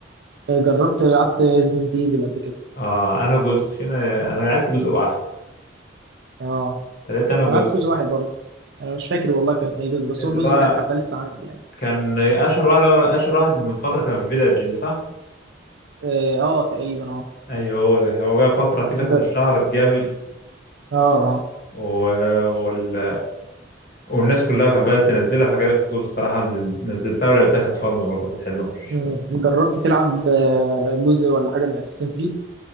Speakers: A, on the right; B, on the left.
A: آه، جربت لعبت ريزدنت ايفل قبل كده
B: اه انا جزء فينا انا لعبت جزء واحد
A: اه
B: تلاتة انا جزء
A: انا لعبت جزء واحد برضه انا مش فاكر والله كان اي جزء بس
B: اللي
A: هو جزء
B: هو
A: واحد حتى لسه عندي يعني
B: كان اشهر واحد اللي هو اشهر واحد من فتره كان فيلاج ده صح
A: اه آه، تقريبا اه
B: ايوه هو ده هو جه فتره كده كانت
A: جر-
B: اشتهرت جامد
A: اه اه
B: و... وال... والناس كلها كانت بدأت تنزلها فجالي فضول الصراحة نزل... نزلتها ولعبتها كانت فن برضه كانت حلوة مش
A: م- جربت تلعب آه، جزء ولا حاجه من اساسن كريد